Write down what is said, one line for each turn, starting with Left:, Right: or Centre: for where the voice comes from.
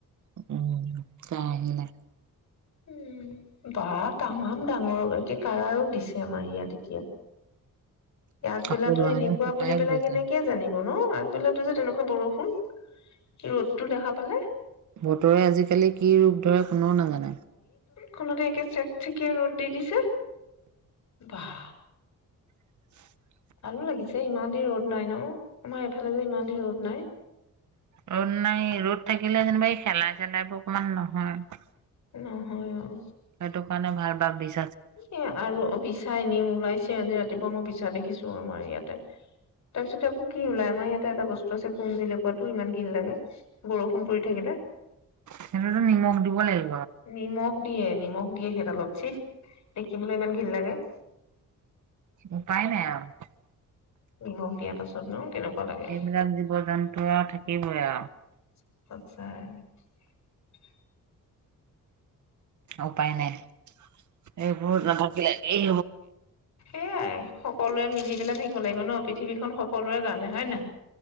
Right: উম। তাই আহিলে।
Left: উম, বা তামাম ডাঙৰ, একে কাৰা ৰ'দ দিছে আমাৰ ইয়াত এতিয়া। আগবেলাতো
Right: কাপোৰ ধোৱা
Left: এনেকুৱা
Right: হেতেন শুকাই
Left: বুলি পেলাই
Right: গ'লহেতেন।
Left: কেনেকে জানিব ন? বেলাতো যে তেনেকুৱা বৰষুণ, কি ৰ'দটো দেখা পালে
Right: বতৰে আজিকালি কি ৰূপ ধৰে কোনেও নাজানে।
Left: খনতে একে চেক চেকিয়া ৰ'দ দি দিছে। বাঃ।
Right: <unintelligible>
Left: ভালো লাগিছে ইমান দিন ৰ'দ নাই ন, আমাৰ এইফালে যে ইমান দিন ৰ'দ নাই।
Right: ৰ'দ নাই, ৰ'দ থাকিলে যেনিবা এই শেলাই-চেলাইবোৰ অকমান নহয়।
Left: নহয় অ'।
Right: সেইটো কাৰণে ভাল বা বিছ
Left: <unintelligible> বিছা এনেও ওলাইছে, আজি ৰাতিপুৱা মই বিছা দেখিছো আমাৰ ইয়াতে। তাৰপিছতে আকৌ কি ওলাই, আমাৰ ইয়াতে এটা বস্তু আছে কুমজেলেকুৱাটো, ইমান ঘিণ লাগে, বৰষুণ পৰি থাকিলে।
Right: সেইতোটো নিমখ দিব লাগিব ।
Left: নিমখ দিয়ে নিমখ দিয়ে সেইডালত চিহ, দেখিবলৈ ইমান ঘিন লাগে ।
Right: উপায় নাই আৰু ।
Left: নিমখ দিয়াৰ পাছত নো কেনেকুৱা লাগে
Right: এইবিলাক জীৱ জন্তু আও থাক এইবোৰে
Left: <unintelligible>
Right: উপায় নাই । এই বহুত নাথাকিলে এই
Left: সেয়াই সকলোৱে মিলি পেলাই থাকিব লাগিব ন পৃথিৱীখন সকলোৱে জানে হয় নাই?